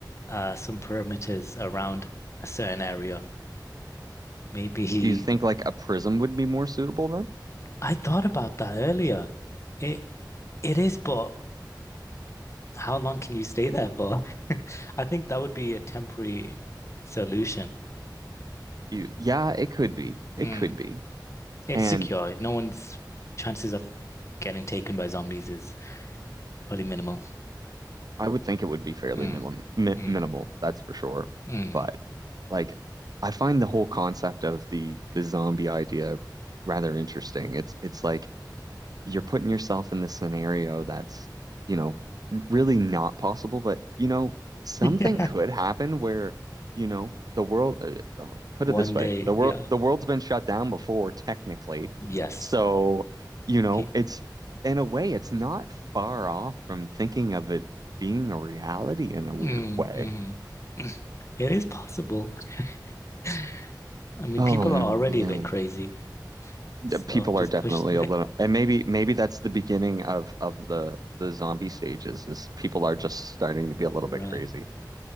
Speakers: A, on the left; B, on the right.
A: uh, some perimeters around a certain area. Maybe
B: Do you think like a prism would be more suitable then?
A: I thought about that earlier. It it is, but how long can you stay there for? <laughs> I think that would be a temporary solution.
B: You, yeah, it could be. It
A: Mm.
B: could be.
A: It's
B: And
A: secure. No one's chances of getting taken by zombies is probably minimal.
B: I would think it would be fairly
A: Mm,
B: minim mi
A: mm,
B: minimal, that's for sure.
A: mm.
B: But like I find the whole concept of the the zombie idea rather interesting. It's it's like you're putting yourself in this scenario that's, you know, really not possible, but you know, something
A: <laughs> Yeah.
B: could happen where, you know, the world uh, uh, put
A: One
B: it this way,
A: day,
B: the world
A: yeah.
B: the world's been shut down before technically.
A: Yes.
B: So, you know,
A: Pe
B: it's in a way it's not far off from thinking of it being a reality in a weird
A: mm,
B: way.
A: mm. <clears throat> It is possible. <laughs> I mean,
B: Oh
A: people
B: man.
A: are already a bit crazy.
B: the
A: So
B: people
A: just
B: are definitely
A: push
B: a little, and maybe maybe that's the beginning of of the the zombie stages is people are just starting to be a little
A: <laughs> right.
B: bit crazy. <laughs>